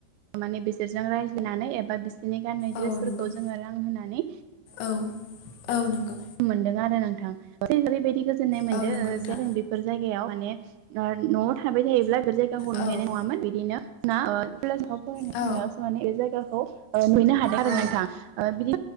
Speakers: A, on the right (about 85°); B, on the left (about 85°).
A: माने बिसोरजों रायज्लायनानै एबा बि बिनि गाननाय
B: औ
A: द्रेसफोरखौ
B: नंगौ
A: जोङो लांहोनानै
B: औ औ नोंगौ
A: मोनदों आरो नोंथां जे ओरैबायदि गोजोननाय मोनदो
B: औ नंगौ
A: ओ
B: नोंथां
A: जे जों बे बेफोर जायगायाव माने ओ न'आव थाबाय थायोब्ला बेफोर जायगाखौ
B: औ
A: नुहैनाय नङामोन बिदिनो ना केजाव फरायनो
B: औ
A: थांनायावसो माने बे जायगाखौ ओ नुहैनो हादों <unintelligible> फोर‌
B: औ